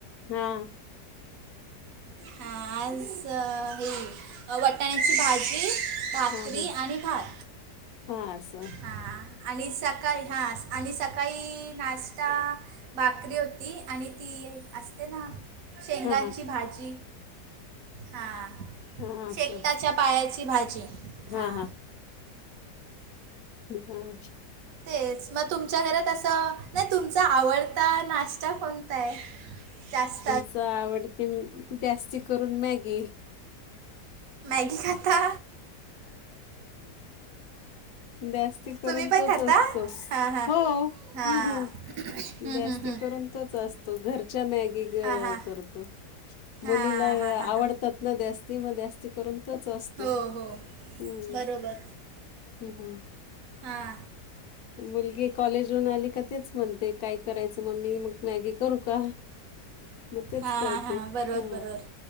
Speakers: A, on the left; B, on the right.
A: हा,
B: हा आज हे वटाण्याची भाजी. भाकरी
A: हां, हां.
B: आणि भात
A: हां, असं.
B: हा. आणि सकाळी हा आणि सकाळी नाश्ता. भाकरी होती आणि ती असते ना. शेंगांची
A: हां, हां.
B: भाजी हा.
A: हां, असं.
B: शेकताच्या पायाची भाजी हा.
A: हां, हम्म <inaudible>
B: तेच मग तुमच्या घरात असं नाही तुमचा आवडता नाश्ता कोणता आहे. त्यास.
A: च आवडते म जास्ती करून मॅगी.
B: मॅगी खाता
A: जास्ती. करून
B: तुम्ही पण
A: तोच
B: खाता
A: असतो
B: हां हां
A: हो
B: हां
A: अ हं
B: हं,
A: जास्ती
B: हं, हं.
A: करून. तोच असतो घरच्या मॅगी ग
B: हां हां
A: करतो
B: हां
A: मुलीला अ
B: हां हां
A: आवडता
B: हां
A: त. नद्यासनी मग जास्ती करून तोच असतो.
B: हो हो,
A: हम्म
B: बरोबर
A: हम्म हम्म.
B: हा,
A: मुलगी कॉलेज वरुन आली का तेच. म्हणते काय करायचं मम्मी मग मॅगी करू का. मग तेच
B: हां
A: करते
B: हां हां, बरोबर
A: हा
B: बरोबर